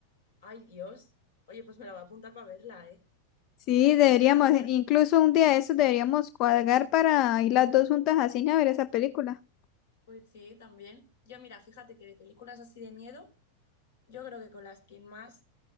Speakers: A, on the left; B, on the left.
A: Ay, Dios. Oye, pues me la voy a apuntar para verla, ¿eh?
B: Sí, deberíamos,
A: A mí las...
B: incluso un día de esos deberíamos cuadrar para ir las dos juntas a cine a ver esa película.
A: Pues sí, también. Yo, mira, fíjate que de películas así de miedo... Yo creo que con las que más,